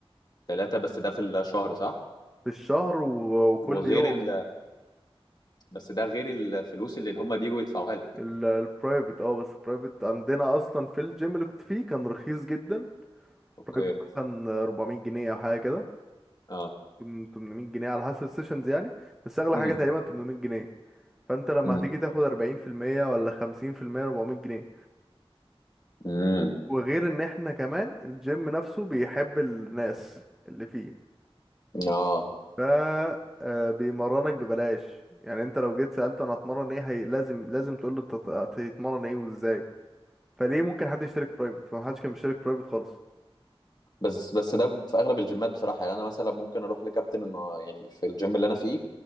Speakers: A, on the left; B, in the centre.
A: ثلاثه بس ده في الشهر صح
B: في الشهر و...
A: وغير
B: وكل يوم
A: ال... بس ده غير الفلوس اللي هم بيجوا يدفعوها لك
B: البرايفت اه بس البرايفت عندنا اصلا في الجيم اللي كنت فيه كان رخيص جدا
A: اوكي
B: برايفت مثلا 400 جنيه او حاجة كده
A: اه
B: تم- 800 جنيه على حسب السيشنز يعني بس اغلى
A: امم
B: حاجه تقريبا 800 جنيه فانت لما
A: امم
B: هتيجي تاخد 40% ولا 50% 400 جنيه
A: امم
B: وغير ان احنا كمان الجيم نفسه بيحب الناس اللي فيه
A: اه
B: ف آه، بيمرنك ببلاش يعني انت لو جيت سالته انا هتمرن ايه هي لازم لازم تقول له انت هت- هتتمرن ايه وازاي فليه ممكن حد يشترك برايفت فمحدش كان بيشترك برايفت خالص
A: بس بس ده في اغلب الجيمات بصراحه يعني انا مثلا ممكن اروح لكابتن انه يعني في الجيم اللي انا فيه